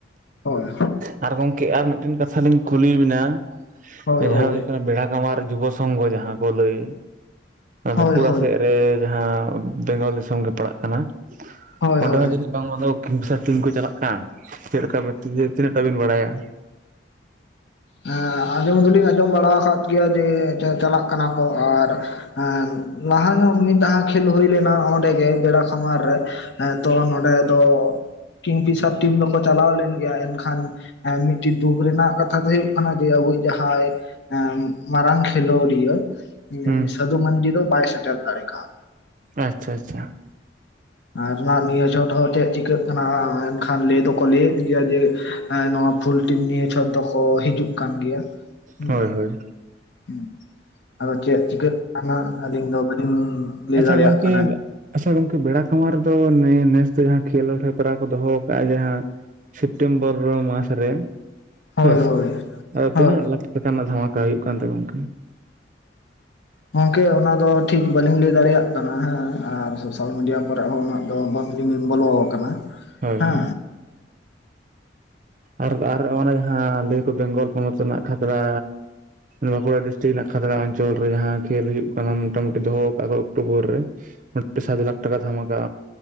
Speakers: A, on the left; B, on the right.
A: ᱦᱳᱭ
B: ᱟᱨ ᱜᱚᱝᱠᱮ ᱟᱨ ᱢᱤᱫᱴᱮᱱ ᱠᱟᱛᱷᱟ ᱞᱤᱧ ᱠᱩᱞᱤ ᱵᱤᱱᱟ
A: ᱦᱳᱭ
B: ᱡᱟᱦᱟᱸ ᱫᱚ
A: ᱦᱳᱭ
B: ᱦᱩᱭᱩᱜ ᱠᱟᱱᱟ ᱵᱮᱲᱟ ᱠᱟᱷᱢᱟᱨ ᱡᱩᱵᱚ ᱥᱚᱸᱝᱜᱚ ᱡᱟᱦᱟᱸ ᱠᱚ ᱞᱟᱹᱭ ᱵᱟᱸᱠᱩᱲᱟ
A: ᱦᱳᱭ ᱦᱳᱭ
B: ᱥᱮᱫ ᱨᱮ ᱡᱟᱦᱟᱸ ᱵᱮᱝᱜᱚᱞ ᱫᱤᱥᱚᱢ ᱜᱮ ᱯᱟᱲᱟᱜ ᱠᱟᱱᱟ
A: ᱦᱳᱭ
B: ᱚᱸᱰᱮ
A: ᱦᱳᱭ
B: ᱦᱚᱸ ᱡᱟᱹᱱᱤᱡ ᱵᱟᱝ ᱫᱚ ᱠᱤᱝᱯᱷᱤᱥᱟᱨ ᱴᱤᱢ ᱠᱚ ᱪᱟᱞᱟᱜ ᱠᱟᱱ ᱪᱮᱫ ᱞᱮᱠᱟ ᱵᱮᱛᱤ ᱛᱤᱱᱟᱹᱜ ᱴᱟ ᱵᱤᱱ ᱵᱟᱲᱟᱭᱟ
A: ᱦᱮᱸ ᱟᱸᱡᱚᱢ ᱫᱚᱞᱤᱧ ᱟᱸᱡᱚᱢ ᱵᱟᱲᱟ ᱟᱠᱟᱫ ᱜᱮᱭᱟ ᱡᱮ ᱪᱟᱞᱟᱜ ᱠᱟᱱᱟ ᱠᱚ ᱟᱨ ᱮ ᱞᱟᱦᱟ ᱧᱚᱜ ᱢᱤᱫ ᱫᱷᱟ ᱠᱷᱮᱞ ᱦᱩᱭ ᱞᱮᱱᱟ ᱚᱸᱰᱮᱜ ᱵᱮᱲᱟ ᱠᱷᱟᱢᱟᱨ ᱨᱮ ᱦᱮᱸ ᱛᱚ ᱱᱚᱸᱰᱮ ᱫᱚ ᱠᱤᱝᱯᱤᱥᱟᱨ ᱴᱤᱢ ᱫᱚᱠᱚ ᱪᱟᱞᱟᱣ ᱞᱮᱱ ᱜᱮᱭᱟ ᱮᱱᱠᱷᱟᱱ ᱢᱤᱫᱴᱤᱡ ᱫᱩᱠ ᱨᱮᱱᱟᱜ ᱠᱟᱛᱷᱟ ᱫᱚ ᱦᱩᱭᱩᱜ ᱠᱟᱱᱟ ᱡᱮ ᱟᱵᱚᱭᱤᱡ ᱡᱟᱦᱟᱸᱭ ᱢᱟᱨᱟᱝ ᱠᱷᱮᱞᱳᱰᱤᱭᱟᱹ
B: ᱦᱩᱸ
A: ᱥᱟᱫᱷᱩ ᱢᱟᱱᱰᱤ ᱫᱚ ᱵᱟᱭ ᱥᱮᱴᱮᱨ ᱫᱟᱲᱮ ᱠᱟᱣᱫᱟ
B: ᱟᱪᱪᱷᱟ ᱟᱪᱪᱷᱟ
A: ᱟᱨ ᱫᱷᱟᱣ ᱱᱤᱭᱟᱹ ᱪᱷᱚᱴ ᱦᱚᱸ ᱪᱮᱫ ᱪᱤᱠᱟᱹᱜ ᱠᱟᱱᱟ ᱮᱱᱠᱷᱟᱱ ᱞᱟᱹᱭ ᱫᱚᱠᱚ ᱞᱟᱹᱭᱮᱫ ᱜᱮᱭᱟ ᱡᱮ ᱮᱸ ᱱᱚᱣᱟ ᱯᱷᱩᱞ ᱴᱤᱢ ᱱᱤᱭᱮ ᱪᱷᱚᱴ ᱫᱚᱠᱚ ᱦᱤᱡᱩᱜ ᱠᱟᱱ ᱜᱮᱭᱟ ᱦᱩᱸ
B: ᱦᱳᱭ ᱦᱳᱭ
A: ᱦᱩ ᱟᱫᱚ ᱪᱮᱫ ᱪᱤᱠᱟᱹᱜ ᱠᱟᱱᱟ ᱟᱹᱞᱤᱧ ᱫᱚ ᱵᱟᱹᱞᱤᱧ ᱞᱟᱹᱭ
B: ᱟᱪᱪᱷᱟ
A: ᱫᱟᱲᱮᱭᱟᱜ
B: ᱜᱚᱝᱠᱮ
A: ᱠᱟᱱᱟ᱾
B: ᱟᱪᱪᱷᱟ ᱜᱚᱝᱠᱮ ᱵᱮᱲᱟ ᱠᱟᱷᱢᱟᱨ ᱨᱮᱫᱚ ᱱᱮᱥ ᱫᱚ ᱡᱟᱦᱟ ᱠᱷᱮᱞᱚᱸᱰ ᱦᱮᱯᱨᱟᱣ ᱠᱚ ᱫᱚᱦᱚ ᱟᱠᱟᱫᱼᱟ ᱡᱟᱦᱟᱸ ᱥᱮᱯᱴᱮᱢᱵᱚᱨ ᱢᱟᱥ ᱨᱮ
A: ᱦᱳᱭ
B: ᱦᱳᱭᱥᱮ
A: ᱦᱳᱭ
B: ᱟᱫᱚ
A: ᱦᱳᱭ
B: ᱛᱤᱱᱟᱹᱜ ᱞᱟᱠᱷ ᱴᱟᱠᱟ ᱨᱮᱱᱟᱜ ᱫᱷᱟᱢᱟᱠᱟ ᱦᱩᱭᱩᱜ ᱠᱟᱱ ᱛᱮ ᱜᱚᱝᱠᱮ?
A: ᱜᱚᱝᱠᱮ ᱚᱱᱟ ᱫᱚ ᱴᱷᱤᱠ ᱵᱟᱹᱞᱤᱧ ᱞᱟᱹᱭ ᱫᱟᱲᱮᱭᱟᱜ ᱠᱟᱱᱟ ᱦᱮᱸ ᱟᱨ ᱥᱳᱥᱟᱞ ᱢᱤᱰᱤᱭᱟ ᱠᱚᱨᱮ ᱦᱚᱸ ᱟᱫᱚ ᱵᱟᱝᱞᱤᱧ ᱵᱚᱞᱚ ᱟᱠᱟᱱᱟ
B: ᱦᱳᱭ
A: ᱦᱮᱸ᱾
B: ᱦᱳᱭ ᱟᱨ ᱟᱨ ᱚᱱᱟ ᱡᱟᱦᱟᱸ ᱞᱟᱹᱭ ᱟᱠᱚ ᱵᱮᱝᱜᱚᱞ ᱯᱚᱱᱚᱛ ᱨᱮᱱᱟᱜ ᱠᱷᱟᱛᱨᱟ ᱵᱟᱸᱠᱩᱲᱟ ᱰᱤᱥᱴᱤᱠ ᱨᱮᱱᱟᱜ ᱠᱷᱟᱛᱲᱟ ᱟᱧ ᱚᱧᱪᱚᱞ ᱨᱮ ᱡᱟᱦᱟᱸ ᱠᱷᱮᱞ ᱦᱩᱭᱩᱜ ᱠᱟᱱᱟ ᱢᱚᱴᱟᱢᱩᱴᱤ ᱫᱚᱦᱚ ᱠᱟᱜ ᱠᱚ ᱚᱠᱴᱳᱵᱚᱨ ᱨᱮ <inaudible> ᱥᱟᱛ ᱞᱟᱠᱷ ᱴᱟᱠᱟ ᱫᱷᱟᱢᱟᱠᱟ